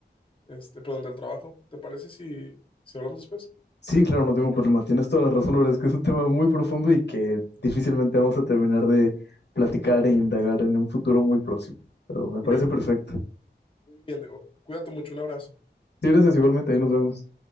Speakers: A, on the left; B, on the left.
A: este, perdón, del trabajo. ¿Te parece si, si hablamos después?
B: Sí, claro, no tengo problema. Tienes toda la razón, la verdad es que es un tema muy profundo y que difícilmente vamos a terminar de platicar e indagar en un futuro muy próximo. Pero me parece
A: Ok,
B: perfecto.
A: muy bien, Diego. Cuídate mucho, un abrazo.
B: Sí, gracias igualmente, ahí nos vemos.